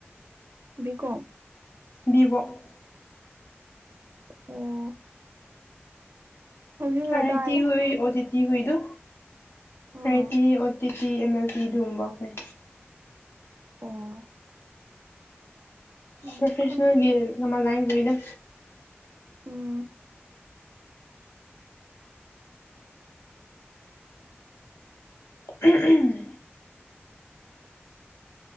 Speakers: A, on the right; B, on the left.
A: ꯕꯤ ꯀꯣꯝ
B: ꯕꯤ ꯕꯣꯛ
A: ꯑꯣ ꯍꯧꯖꯤꯛꯅ
B: ꯑꯔ ꯑꯥꯏ
A: ꯇꯥꯏ
B: ꯇꯤ ꯑꯨꯏ ꯑꯣꯗꯤꯠ ꯇꯤ ꯍꯨꯏꯗꯨ
A: O
B: ꯍꯥꯏ T O T T M L T ꯑꯗꯨꯒꯨꯝꯕ ꯑꯩꯈꯨꯣꯏ
A: ꯑꯣ ꯎꯝ
B: ꯄ꯭ꯔꯣꯐꯦꯁꯅꯦꯜꯒꯤ
A: ꯈꯪꯗ꯭ꯔꯦ ꯑꯩꯗꯤ
B: ꯃꯜ ꯂꯥꯏꯟꯒꯤꯗ
A: ꯎꯝ
B: <unintelligible>